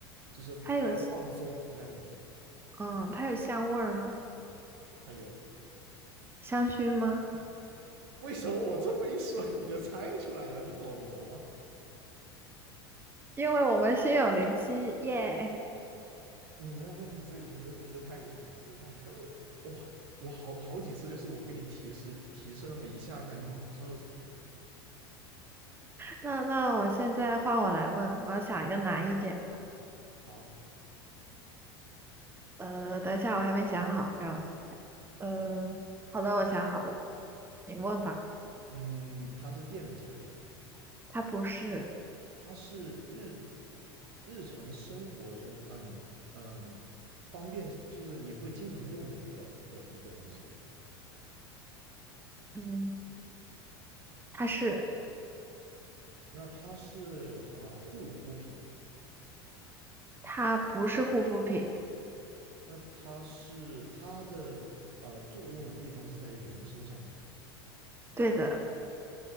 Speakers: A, on the right; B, on the right.
A: 就是非常放松，
B: 它有，
A: 应该这么说，
B: 嗯，它有香味儿吗？
A: 它有。
B: 香薰吗？
A: 为什么我这么一说你就猜出来了？你好牛啊！
B: 因为我们心有灵犀，耶！
A: 你这、那你这你这你这太厉害了，你这太厉害了！我哇，我好好几次就是我跟你提示提示那么一下下，你马上就猜出来。
B: 那那我现在换我来问，我要想一个难一点的。
A: 好，
B: 呃，等一下，我还没想好，让我想。呃，好的，我想好了，你问吧。
A: 嗯，它是电子产品嘛？
B: 它不是，
A: 它是日日日常生活中，嗯嗯，嗯方便就是你会经常用的一个一个一个东西嘛？
B: 嗯，它是，
A: 那它是呃护肤品嘛？
B: 它不是护肤品，
A: 那它是它的呃作用的地方是在人身上吗？
B: 对的，